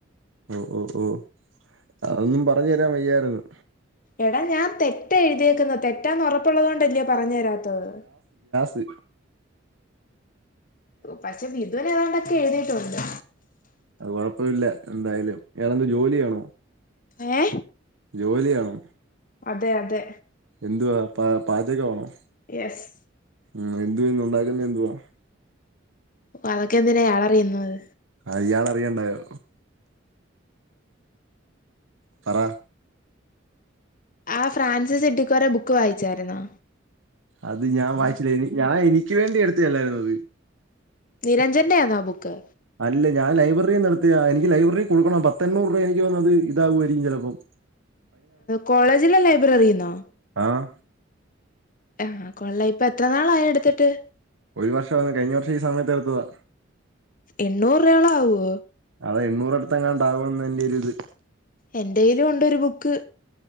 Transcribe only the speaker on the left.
എടാ ഞാൻ തെറ്റ എഴുതിയേക്കുന്നത് തെറ്റാന്ന് ഉറപ്പുള്ളതുകൊണ്ട് തല്ലേ പറഞ്ഞ് തരാത്തത്
പക്ഷെ ഇതുവനെ ഏതാണ്ട എഴുതിയിട്ടുണ്ട്
ഏ
അതെ അതെ
യെസ്
പാവെകെന്തിന ഇയാളറിയുന്നത്
ആ ഫ്രാൻസിസെറ്റ്ക്കൊറെ ബുക്ക് വായിച്ചായ്രുന്നോ
നിരഞ്ജന്റെ ആന്നോ ആ ബുക്ക്
കോളേജിലെ ലൈബ്രറിന്നോ
ആഹ് കൊള്ള ഇപ്പൊ എത്ര നാളായി എടുത്തിട്ട്
എണ്ണൂറ രോള ആവോ
എന്റെലും ഉണ്ട് ഒരു ബുക്ക്